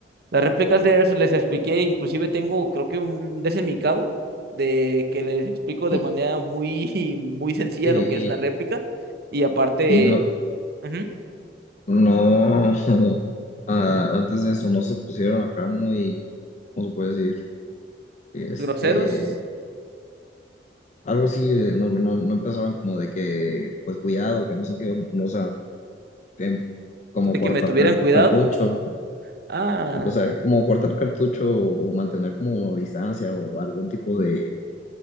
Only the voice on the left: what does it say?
y-
sí,
y, y no,
no, <laughs> ah, antes de eso no se pusieron acá muy, ¿cómo se puede decir? Este,
algo así, eh, no, no, no no empezaron como de que, pues cuidado, que no sé qué, no, o sea, em, como
cortar
car-
cartucho,
o sea, como cortar cartucho o, mantener como distancia o algún tipo de,